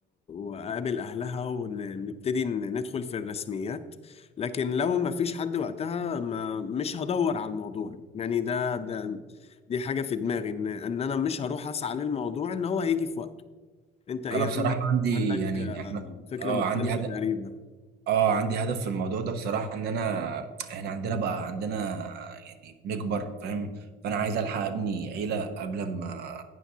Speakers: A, on the left (about 35°); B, on the right (about 70°).
A: واقابل اهلها ونبتدي ندخل في الرسميات لكن لو ما فيش حد وقتها ما مش هدور على الموضوع يعني ده ده دي حاجه في دماغي ان ان انا مش هروح اسعى للموضوع ان هو هيجي في وقته انت ايه
B: انا بصراحه
A: عندك
B: عندي
A: عندك
B: يعني
A: آه،
B: احنا
A: فكره
B: اه
A: مختلفه
B: عندي هدف
A: تقريبا
B: اه عندي هدف في الموضوع ده بصراحه ان انا احنا عندنا بقى عندنا يعني بنكبر فاهم فانا عايز الحق ابني عيله قبل ما